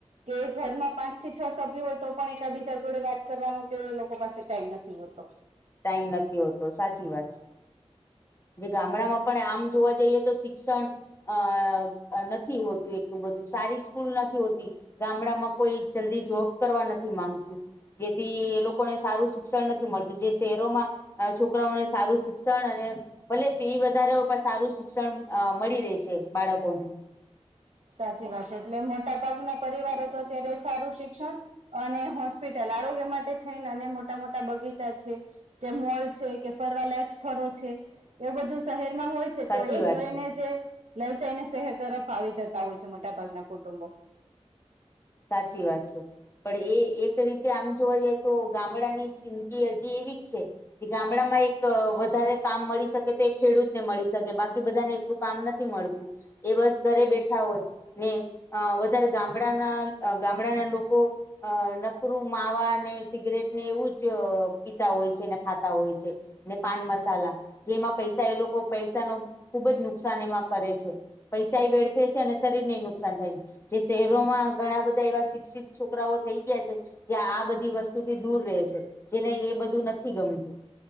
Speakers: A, on the right (about 65°); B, on the left (about 20°).
A: કે ઘરમાં પાંચ થી છ સભ્યો હોય તો પણ એકબીજા જોડે વાત કરવાનો કે એ લોકો પાસે ટાઈમ નથી હોતો. <unintelligible>
B: ટાઈમ નથી હોતો સાચી વાત છે. જે ગામડામાં પણ આમ જોવા જઈએ તો શિક્ષણ અ નથી હોતું એટલું બધું. સારી સ્કૂલ નથી હોતી. ગામડામાં કોઈ જલ્દી જોબ કરવા નથી માંગતું. જેથી એ લોકોને સારું શિક્ષણ નથી મળતું જે શહેરોમાં છોકરાઓને સારું શિક્ષણ અને ભલે ફી વધારે હોય પણ સારું શિક્ષણ અ મળી રહે છે બાળકોને.
A: સાચી વાત છે એટલે મોટા ભાગના પરિવારો તો અત્યારે સારું શિક્ષણ અને હોસ્પિટલ આરોગ્ય માટે થઈને અને મોટા મોટા બગીચા છે. કે મોલ છે કે ફરવા લયક સ્થળો છે એવું બધું શહેરમાં હોય છે તો
B: સાચી
A: એ જોઈને
B: વાત છે.
A: જે લલચાઈને શહેર તરફ આવી જતા હોય છે મોટાભાગના કુટુંબો.
B: સાચી વાત છે. પણ એ એક રીતે આમ જોવા જઈએ તો ગામડા ની જિંદગી હજી એવી જ છે. જે ગામડામાં એક અહ વધારે કામ મળી શકે તો એ ખેડૂતને મળી શકે બાકી બધાને એટલું કામ નથી મળતું એ બસ ઘરે બેઠા હોય ને અહ વધારે ગામડાના અહ ગામડાના લોકો અહ નકરું માવા ને સિગરેટ ને એવું જ અહ પીતા હોય છે ને ખાતા હોય છે. ને પાન મસાલા જેમાં પૈસા એ લોકો પૈસા નો ખુબ જ નુકસાન એમાં કરે છે. પૈસાય વેડફે છે અને શરીર નેય નુકસાન થાય છે જે શહેરોમાં ઘણા બધા એવા શિક્ષિત છોકરાઓ થઈ ગયા છે જયાં આ બધી વસ્તુથી દૂર રહે છે જેને એ બધું નથી ગમતું.